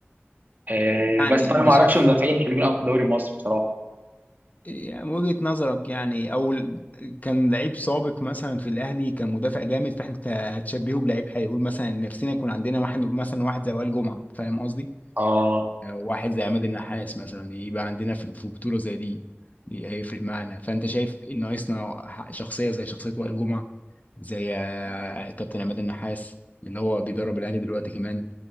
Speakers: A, on the right; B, on the left.
A: آه
B: يعني
A: بس انا
B: انت
A: ما
B: شايف
A: اعرفش مدافعين حلوين قوي في الدوري المصري بصراحه
B: يعني من وجهة نظرك يعني او ال- كان لعيب سابق مثلا في الاهلي كان مدافع جامد فاحنا هتشبهه بلعيب هيقول مثلا نفسنا يكون عندنا واحد مثلا واحد زي وائل جمعة فاهم قصدي؟
A: اه
B: واحد زي عماد النحاس مثلا يبقى عندنا في في بطولة زي دي دي هيفرق معانا فأنت شايف إن ناقصنا شخصية زي شخصية وائل جمعة زي آه، كابتن عماد النحاس اللي هو بيدرب الأهلي دلوقتي كمان